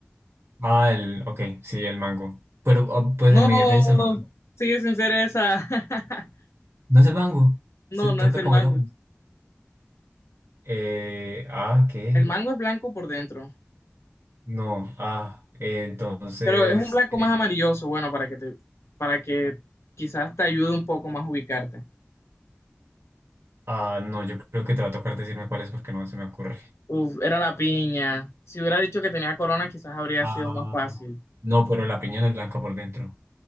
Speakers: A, on the right; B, on the left.
A: Ah, el, ok, sí, el mango. Pero ah, pues
B: No,
A: en mi defensa el mango.
B: sigue sin ser esa. <laughs>
A: No es el mango,
B: No,
A: se toca
B: no es el
A: comerlo.
B: mango.
A: Eh, ah, ¿qué?
B: El mango es blanco por dentro,
A: No, ah, eh, entonces,
B: pero es un blanco
A: eh,
B: más amarilloso, bueno, para que te, para que quizás te ayude un poco más a ubicarte.
A: ah, no, yo creo que te va a tocar decirme cuál es porque no se me ocurre.
B: Uf, era la piña. Si hubiera dicho que tenía corona, quizás habría
A: Ah,
B: sido más fácil.
A: no, pero la piña no es blanca por dentro.